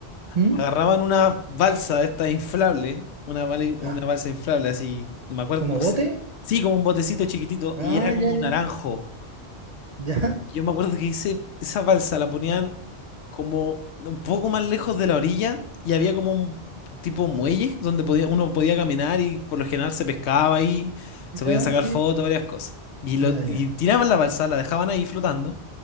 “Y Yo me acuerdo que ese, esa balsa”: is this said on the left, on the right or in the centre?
Left